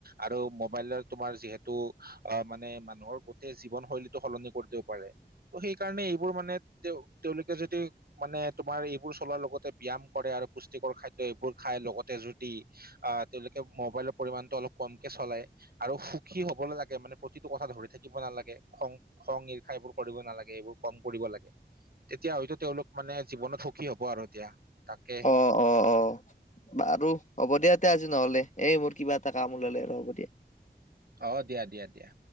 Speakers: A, on the right; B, on the left.
A: আৰু মোবাইলৰে তোমাৰ যিহেতু অ, মানে মানুহৰ গোটেই জীৱনশৈলীটো সলনি কৰি দিব পাৰে। ত', সেইকাৰণে এইবোৰ মানে তেওঁ তেওঁলোকে যদি মানে তোমাৰ এইবোৰ চলোৱাৰ লগতে ব্যায়াম কৰে, আৰু পুষ্টিকৰ খাদ্য এইবোৰ খাই লগতে যদি আহ তেওঁলোকে মোবাইলৰ পৰিমণটো অলপ কমকে চলাই। আৰু সুখী হবলৈ লাগে, মানে প্ৰতিটো কথা ধৰি থাকিব নালাগে। খং খং ঈৰ্ষা এইবোৰ কৰিব নালাগে। এইবোৰ কম কৰিব লাগে। তেতিয়া হয়তো তেওঁলোক মানে জীৱনত সুখী হ'ব আৰু এতিয়া তাকে
B: অ', অ, অ, বাৰু হ'ব দিয়া এটা আজি নহলে। এই মোৰ কিবা এটা কাম ওলালে আৰু হ'ব দিয়া।
A: অ', দিয়া। দিয়া। দিয়া।